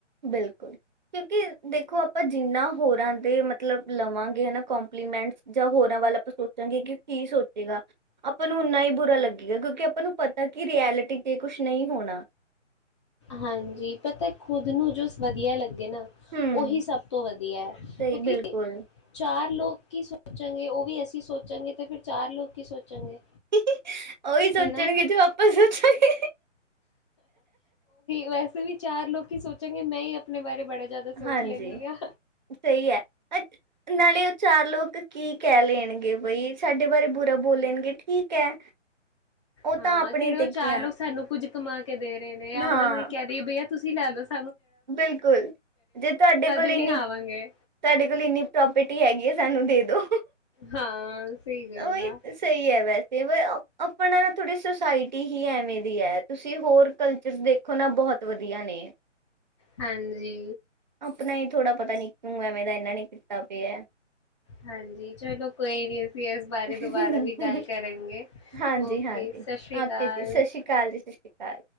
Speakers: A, on the right; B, on the left.
A: ਬਿਲਕੁਲ ਕਿਉਕ ਦੇਖੋ ਆਪਾਂ ਜਿੰਨਾ ਹੋਰਾਂ ਦੇ ਮਤਲਬ ਲਵਾਂਗੇ ਹਨ ਕਪਲੀਮੈਂਟ ਜਾਂ ਹੋਰਾਂ ਵੱਲ ਆਪਾਂ ਸੋਚਾਂਗੇ ਕਿ ਕੀ ਸੋਚੇਗਾ ਆਪਾਂ ਨੂੰ ਓਨਾ ਹੀ ਬੁਰਾ ਲੱਗੇਗਾ ਕਿਉਂਕਿ ਆਪਾਂ ਨੂੰ ਪਤਾ ਕੀ ਰਐਲਿਟੀ ਚ ਕੁਛ ਨਹੀਂ ਹੋਣਾ
B: ਹਾਂਜੀ ਪਤਾ ਖੁਦ ਨੂੰ ਜੋ ਵਧੀਆ ਲੱਗਦਾ ਨਾ
A: ਹੂੰ
B: ਉਹੀ ਸਭ ਤੋਂ ਵਧੀਆ ਹੈ
A: ਸਹੀ
B: ਕਿਉਂਕਿ
A: ਬਿਲਕੁਲ
B: ਚਾਰ ਲੋਕ ਕੀ ਸੋਚਾਂਗੇ ਉਹ ਵੀ ਅਸੀਂ ਸੋਚਾਂਗੇ ਤੇ ਫਿਰ ਚਾਰ ਲੋਕ ਕੀ ਸੋਚਣਗੇ
A: ਉਹੀ ਸੋਚਣਗੇ
B: ਹਨਨਾ
A: ਜੋ ਆਪਾਂ ਸੋਚਾਂਗੇ
B: ਵੈਸੇ ਵੀ ਚਾਰ ਲੋਕ ਹੀ ਸੋਚਾਂਗੇ ਮੈਂ ਹੀ ਆਪਣੇ ਬਾਰੇ ਬੜਾ ਜ਼ਿਆਦਾ ਸੋਚ
A: ਹਾਂਜੀ
B: ਲੈਂਦੀ ਹਾਂ
A: ਸਹੀ ਹੈ ਨਾਲੇ ਉਹ ਚਾਰ ਲੋਕ ਕੀ ਕਹਿ ਲੈਣਗੇ ਬਈ ਸਾਡੇ ਬਾਰੇ ਬੁਰਾ ਬੋਲਣਗੇ ਠੀਕ ਹੈ ਉਹ
B: ਹਾਂ
A: ਤਾਂ ਆਪਣੇ
B: ਕਿਹੜੇ ਉਹ
A: ਤੇ ਗਿਆ
B: ਚਾਰ ਲੋਕ ਸਾਨੂੰ ਕੁੱਝ ਕਮਾ ਕੇ ਦੇ ਰਹੇ ਨੇ ਜਾਂ
A: ਹਾਂ
B: ਉਹਨਾਂ ਨੂੰ ਇਹ ਕਹਿ ਦੇਈਏ ਬਈਆ ਤੁਸੀਂ ਲੈ ਦੱਸੋ
A: ਬਿਲਕੁਲ ਜੇ ਤੁਹਾਡੇ
B: ਤਦ
A: ਕੋਲ
B: ਹੀ
A: ਇੰਨੀ
B: ਨਹੀਂ
A: ਤੁਹਾਡੇ
B: ਆਵਾਂਗੇ
A: ਕੋਲ ਇੰਨੀ ਪ੍ਰੋਪਰਟੀ ਹੈਗੀ ਹੈ ਸਾਨੂੰ ਦੋ
B: ਹਾਂ ਸਹੀ ਗੱਲ
A: ਉਹਹੀ
B: ਆ
A: ਸਹੀ ਹੈ ਬਸ ਅਤੇ ਆਪਣਾ ਨਾ ਥੋੜ੍ਹੀ ਸੁਸਾਇਟੀ ਹੀ ਐਵੇਂ ਦੀ ਹੈ ਤੁਸੀਂ ਹੋਰ ਕਲਚਰਸ ਦੇਖੋ ਨਾ ਬਹੁਤ ਵਧੀਆ ਨੇ
B: ਹਾਂਜੀ
A: ਆਪਣਾ ਹੀ ਥੋੜ੍ਹਾ ਪਤਾ ਨੀ ਕਿਉਂ ਐਵੇਂ ਦਾ ਇਹਨਾ ਨੇ ਕੀਤਾ ਪਿਆ ਹੈ
B: ਹਾਂਜੀ ਚਲੋ ਕੋਈ ਵੀੀ ਇਸ ਬਾਰੇ
A: ਹੈ।
B: ਦੁਬਾਰਾ ਵੀ ਗੱਲ ਕਰਾਂਗੇ
A: ਹਾਂਜੀ-ਹਾਂਜੀ
B: ਓਕੇ ਸਤਿ ਸ਼੍ਰੀ ਅਕਾਲ
A: ਓਕੇ ਜੀ ਸਤਿ ਸ਼੍ਰੀ ਅਕਾਲ ਜੀ ਸਤਿ ਸ਼੍ਰੀ ਅਕਾਲ।